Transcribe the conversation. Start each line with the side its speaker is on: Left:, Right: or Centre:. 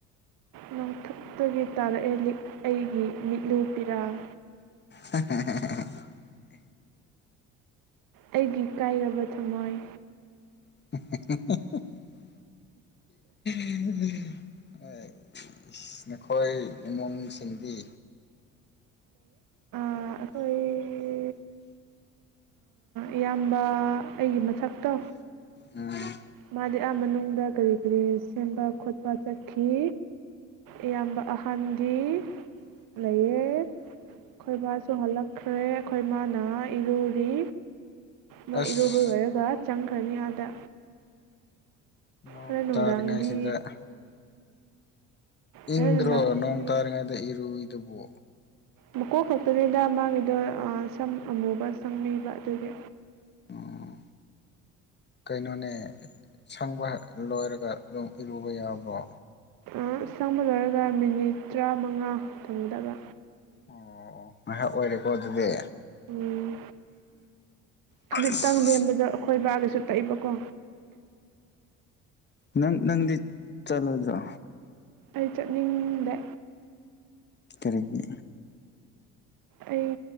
Right: ꯅꯣꯡꯊꯛꯇꯒꯤ ꯇꯥꯔꯛꯑꯦ ꯂꯤꯛ ꯑꯩꯒꯤ ꯃꯤꯠꯂꯨ ꯄꯤꯔꯥꯡ
Left: ꯑꯥꯍꯥꯍꯥꯍꯥ
Right: ꯑꯩꯒꯤ ꯀꯥꯏꯔꯕ ꯊꯝꯃꯣꯏ
Left: ꯑꯍꯦꯍꯦꯍꯦ <inaudible> ꯑꯥꯢ ꯢꯁ ꯅꯈꯣꯏ ꯅꯣꯡ ꯁꯤꯡꯗꯤ
Right: ꯑ ꯑꯈꯣꯏ ꯏꯌꯥꯝꯕ ꯑꯩꯒꯤ ꯃꯊꯛꯇꯣ
Left: ꯎꯝ
Right: ꯃꯥꯗꯤ ꯑꯥ ꯃꯅꯨꯡꯗ ꯀꯔꯤ ꯀꯔꯤ ꯁꯦꯝꯕ ꯈꯣꯠꯄ ꯆꯠꯈꯤ ꯏꯌꯥꯝꯕ ꯑꯍꯟꯗꯤ ꯂꯩꯌꯦ ꯑꯩꯈꯣꯏꯕꯥꯁꯨ ꯍꯜꯂꯛꯈ꯭ꯔꯦ ꯑꯩꯈꯣꯏ ꯏꯃꯥꯅ ꯏꯔꯨꯔꯤ ꯃꯣꯏ
Left: ꯑꯁ
Right: ꯏꯔꯨꯕ ꯂꯣꯏꯔꯒ ꯆꯪꯈ꯭ꯔꯅꯤ ꯑꯥꯗ
Left: ꯅꯣꯡ
Right: ꯍꯣꯔꯦꯟ ꯅꯨꯡꯗꯥꯡꯗꯤ
Left: ꯇꯥꯔꯤꯉꯩꯁꯤꯗ ꯏꯪꯗ꯭ꯔꯣ
Right: ꯍꯣꯔꯦꯟ ꯅꯨꯡꯗꯥꯡꯗꯤ
Left: ꯅꯣꯡ ꯇꯥꯔꯤꯉꯩꯗ ꯏꯔꯨꯏꯗꯨꯕꯨ
Right: ꯃꯀꯣꯛ ꯈꯛꯇꯅꯤꯗ ꯃꯥꯒꯤꯗꯣ ꯑꯥ ꯁꯝ ꯑꯃꯨꯕ ꯁꯪꯕꯤꯕ ꯑꯗꯨꯒꯤ
Left: ꯎꯝ ꯀꯩꯅꯣꯅꯦ ꯁꯪꯕ ꯂꯣꯏꯔꯒ ꯑꯗꯨꯝ ꯏꯔꯨꯕ ꯌꯥꯕ꯭ꯔꯣ
Right: ꯑꯥ ꯁꯪꯕ ꯂꯣꯏꯔꯒ ꯃꯤꯅꯤꯠ ꯇꯔꯥꯃꯉꯥ ꯊꯪꯝꯒꯗꯕ
Left: ꯑꯣ ꯉꯥꯏꯍꯥꯛ ꯑꯣꯏꯔꯦꯀꯣ ꯑꯗꯨꯗꯤ
Right: ꯎꯝ
Left: ꯑꯁ
Right: ꯈꯖꯤꯛꯇꯪ ꯂꯦꯝꯕꯗ ꯑꯩꯈꯣꯏ ꯕꯥꯒꯤꯁꯨ ꯇꯩꯕꯀꯣ
Left: ꯅꯪ ꯅꯪꯗꯤ ꯆꯠꯂꯣꯏꯗ꯭ꯔꯣ
Right: ꯑꯩ ꯆꯠꯅꯤꯡꯗꯦ
Left: ꯀꯔꯤꯒꯤ
Right: ꯑꯩ